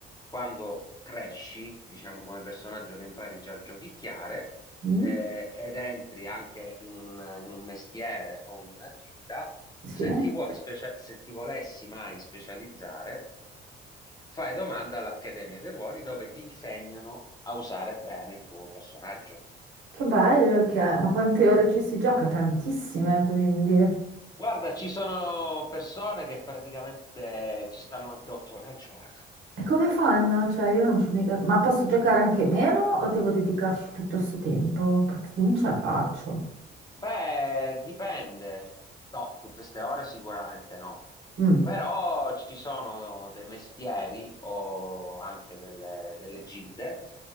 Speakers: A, on the left; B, on the right.
A: quando cresci, diciamo come personaggio che impari già a giochicchiare,
B: Mm?
A: eh, ed entri anche in un, in un mestiere o in una gilda,
B: Sì,
A: se ti vuoi specia- se ti volessi mai specializzare, fai domanda all'Accademia dei Ruoli dove ti insegnano a usare bene il tuo personaggio.
B: che bello che è. Ma quante ore ci si gioca? Tantissime, quindi.
A: Guarda, ci sono persone che praticamente ci stanno anche otto ore al giorno.
B: E come fanno? Cioè, io non ci ho mica... Ma posso giocare anche meno o devo dedicarci tutto questo tempo? Perché non ce la faccio.
A: Beh, dipende. No, tutte ste ore sicuramente no.
B: Mm.
A: Però ci sono dei mestieri o anche delle, delle gilde